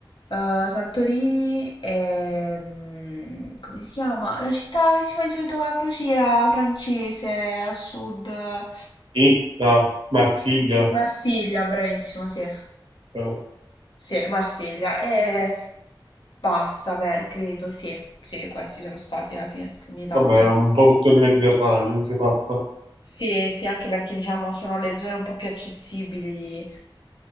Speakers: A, on the left (about 65°); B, on the right (about 85°).
A: Eh, Santorini e... mm, come si chiama? La città che si fa di solito con la crociera francese a sud. eh,
B: Nizza, Marsiglia,
A: Marsiglia, bravissimo, sì.
B: eh,
A: Sì, Marsiglia. E basta, beh, credo, sì. Sì, questi sono stati alla fine le mie tappe.
B: vabbè, un po' tutto il Mediterraneo, si è fatta.
A: Sì, sì, anche perché diciamo sono le zone un po' più accessibili,